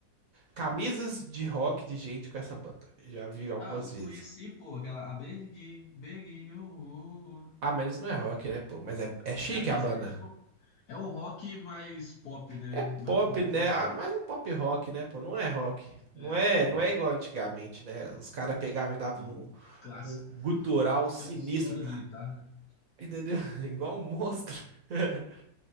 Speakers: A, on the right; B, on the left.
A: Camisas de rock de gente com essa banda. Já vi algumas
B: Ah, eu
A: vezes.
B: conheci, pô, aquela. A Big, Big, uh, uh.
A: Ah, mas isso não é rock, né, pô? Mas é, é chique
B: É, mas
A: a banda.
B: é, é tipo. É um rock mais pop, né?
A: É pop,
B: Não é um rock.
A: né? Ah, mas um pop rock, né, pô? Não é rock. Não
B: É,
A: é,
B: tipo.
A: não é igual antigamente, né? Os caras pegavam e davam
B: É um clássico.
A: um, um gutural sinistro.
B: Tem um solo de guitarra.
A: Entendeu? <laughs> Igual um monstro. <laughs>